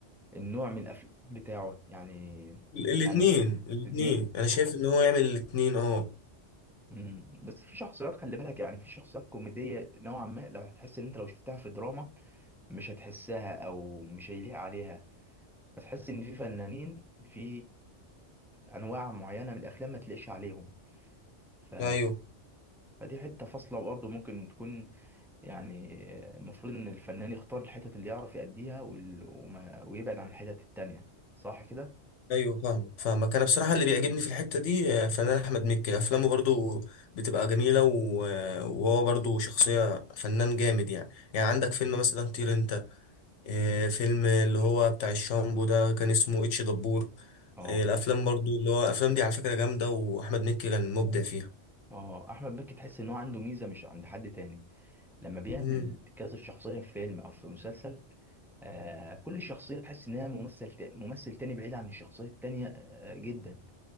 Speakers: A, in the centre; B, on the left (about 75°).
A: النوع من الافلام بتاعه يعني
B: ال- الاتنين
A: يعني
B: الاتنين
A: الاثنين
B: انا شايف ان هو يعمل الاتنين اه
A: مم. بس في شخصيات خلي بالك يعني في شخصيات كوميديه نوعا ما لو هتحس ان انت لو شفتها في دراما مش هتحسها او مش هيليق عليها فتحس ان في فنانين في انواع معينه من الافلام ما تلاقيش عليهم ف
B: ايوه
A: فدي حته فاصله برضه ممكن تكون يعني المفروض ان الفنان يختار الحتت اللي يعرف يأديها وال... وما... ويبعد عن الحتت التانية صح كده
B: ايوه فاهمك فاهمك انا بصراحه اللي بيعجبني في الحته دي آه، فنان احمد مكي افلامه برضو بتبقى جميله و- آه، وهو برضو شخصيه فنان جامد يعني يعني عندك فيلم مثلا طير انت آه، فيلم اللي هو بتاع الشامبو ده كان اسمه اتش دبور
A: اه
B: آه، الافلام برضو اللي هو الافلام دي على فكره جامده واحمد مكي كان مبدع فيها
A: اه احمد مكي تحس ان هو عنده ميزه مش عند حد تاني لما بيعمل
B: مم.
A: كذا شخصيه في فيلم او في مسلسل آه كل شخصيه تحس انها ممثل تا... ممثل تاني بعيد عن الشخصيه التانية آه جدا